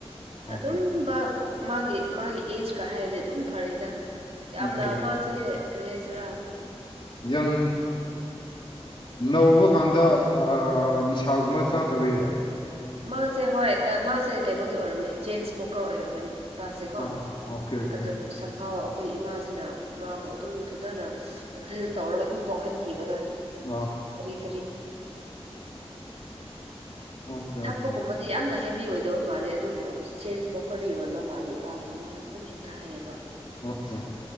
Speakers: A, on the left; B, on the right.
A: ꯑꯣꯀꯦ
B: ꯑꯗꯨꯝ ꯃꯥ ꯃꯥꯒꯤ ꯃꯥꯒꯤ ꯑꯦꯖꯀ ꯍꯥꯏꯔꯗꯤ ꯑꯗꯨꯝ ꯐꯔꯦꯗ ꯌꯥꯝꯅ
A: ꯑꯣꯀꯦ
B: ꯃꯥꯁꯦ ꯀꯔꯤ ꯍꯥꯏꯁꯔꯥ
A: ꯪ ꯅꯧꯕ ꯀꯥꯟꯗ ꯅꯤꯁꯥꯒꯨꯝꯕ ꯆꯥꯗꯕꯕꯤꯔꯣ
B: ꯃꯥꯁꯦ ꯍꯣꯏ ꯃꯥꯁꯦ ꯀꯩꯅꯣꯗꯤ ꯑꯣꯏꯔꯝꯃꯦ ꯆꯦꯟꯁ ꯃꯣꯀꯔ ꯑꯣꯏꯔꯝꯃꯅꯤ ꯄꯥꯁꯦꯀꯣ
A: ꯑꯥ ꯑꯣꯀꯦ ꯑꯣꯀꯦ
B: ꯑꯗꯨꯕꯨ ꯁꯝꯍꯥꯎ ꯑꯩꯈꯣꯏ ꯏꯃꯥꯁꯤꯅ ꯃꯥꯕꯨ ꯑꯗꯨꯝ ꯐꯖꯅ ꯗꯤꯜ ꯇꯧꯔꯒ ꯑꯗꯨꯝ ꯇꯣꯛꯍꯟꯈꯤꯕꯗꯣ
A: ꯑ
B: ꯐ
A: ꯑꯣꯀꯦ ꯑꯣꯀꯦ
B: ꯐ ꯍꯦꯕꯤ ꯑꯣꯏꯗꯕ ꯃꯥꯜꯂꯦ ꯑꯗꯨꯕꯨ ꯆꯦꯟꯖ ꯃꯣꯀꯔꯗ ꯏꯔꯣꯟꯕ ꯃꯥꯜꯂꯦ ꯏꯄꯥꯁꯦ ꯃꯥꯅꯁꯨ ꯑꯗꯨꯝ ꯍꯦꯛꯇ ꯍꯥꯏꯌꯦꯕ
A: ꯑꯣꯆꯥꯦ